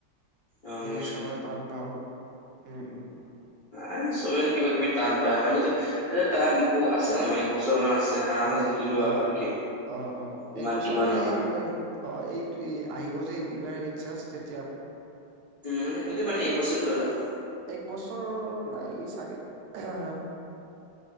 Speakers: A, on the left; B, on the right.
A: অ',
B: ইংলিছ
A: ইটছ
B: কামান টান পাও উম,
A: এ চবে ন কিবা কিবি টান পায় মানতো এ বু আছে ন মান এক বছৰ মান আছে। আৰামত
B: অ
A: শিকি লোৱা
B: অ অ
A: আৰু কি
B: অ অ
A: ইমান
B: এক বছৰ
A: কিবা
B: মানে
A: নহয়
B: এই মই, অ এই আহিব যে এইবাৰ ইছ আছ তেতিয়া।
A: উম এটো মানেটো মানে এক বছৰ ধৰা।
B: এক বছৰ নাই চাগে আ হা হা।